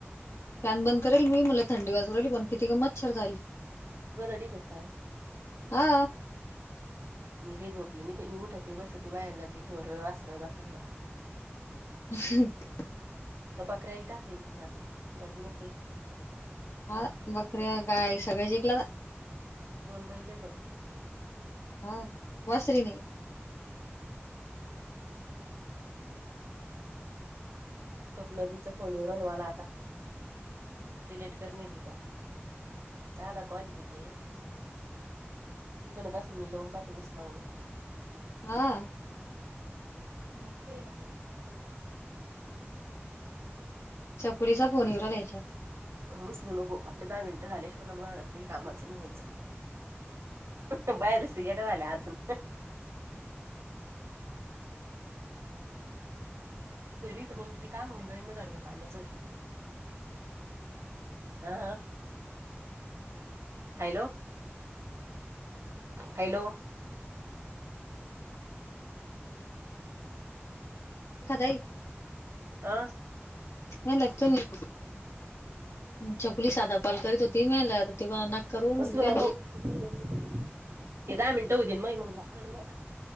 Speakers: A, on the left; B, on the right.
A: फॅन बंद करेल मी मला थंडी वाजू राहिली पण किती ग मच्छर झाली.
B: <unintelligible>
A: हा.
B: मी काही झोपले नाही बाई. मी उठते, बसते, बाहेर जाते. ढोर, वासर बाकी
A: <unintelligible>
B: तर बकऱ्या बी टाकले वीकुन आता झाली मोकळी.
A: हा बकऱ्या काय सगळं विकलं ना
B: दोन बैल हाय फक्त.
A: हा वासरे नाही?
B: हम्म. स्वप्नालीचा फोन येऊ राहिला मला आता. डिलीट करणे तिचां साधा क्वालिटीचा एक ती म्हणत असण मी लावुन पाहती उसनं म्हणून.
A: हा.
B: नको काही नको असत्यात मला <unintelligible>
A: छकुलीचा फोन येऊ राहिला यांच्यावर.
B: उचलु नको आपले दहा मिनिटं झाल्या शिवाय ना मग काही कामाचं नाही व्हायचं मग. ते बघ तो बाहेरच येडा झाला अजून घरी तर मग किती काय होऊन जाई ना जाडग्या पाण्याचं. हा, हा हॅलो. हॅलो.
A: खा ताई
B: अं
A: नाही लगतो मी छकुली साधा कॉल करीत होत ती <unintelligible>
B: उचलू
A: त्या
B: नको हे दहा मिनिटं होऊ दे मग न लाव.